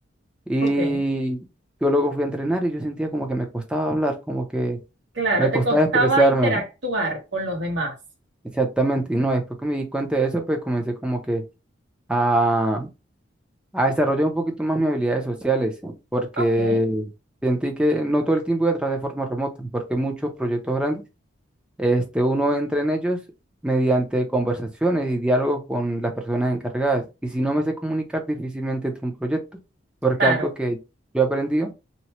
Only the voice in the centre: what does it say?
Y
yo luego fui a entrenar y yo sentía como que me costaba hablar, como que
me
costaba
expresarme.
Exactamente. Y no, después que me di cuenta de eso, pues comencé como que a, a desarrollar un poquito más mis habilidades sociales, porque
sentí que no todo el tiempo iba a trabajar de forma remota, porque muchos proyectos grandes, este, uno entra en ellos mediante conversaciones y diálogos con las personas encargadas. Y si no me sé comunicar, difícilmente entro a un proyecto, porque
algo que yo aprendí